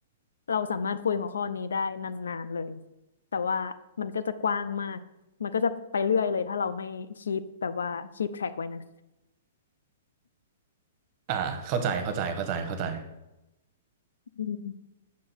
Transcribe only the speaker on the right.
อ่าเข้าใจเข้าใจ เข้าใจ เข้าใจ